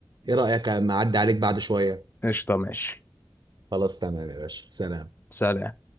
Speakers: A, on the right (about 65°); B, on the left (about 25°).
A: ايه رأيك اما اعدي عليك بعد شوية
B: قشطه ماشي
A: خلاص تمام يا باشا سلام
B: سلام